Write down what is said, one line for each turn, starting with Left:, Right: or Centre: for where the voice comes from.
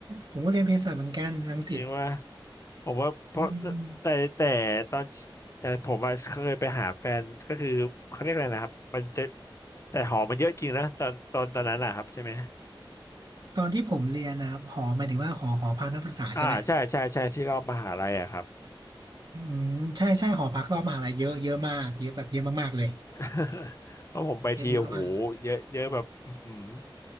Right: ผมก็เรียนเภสัชเหมือนกันรังสิต
Left: จริงว่าผมว่าเพราะ
Right: อืม
Left: แต่แต่ตอนแต่ผมอะเคยไปหาแฟนก็คือเขาเรียกอะไรนะครับมันจะแต่หอมันเยอะจริงนะตอนตอนตอนนั้นอะครับใช่ไหม
Right: ตอนที่ผมเรียนนะครับหอหมายถึงว่าหอหอพักนักศึกษาใช่ไหม
Left: อ่าใช่ใช่ใช่ที่รอบมหาลัยอะครับ
Right: อืมใช่ใช่หอพักรอบมหาลัยเยอะเยอะมากเยอะแบบเยอะมากๆเลย
Left: <laughs> เพราะผมไปทีโอ้โหเยอะเยอะแบบอือหือ
Right: เยอะเยอะมาก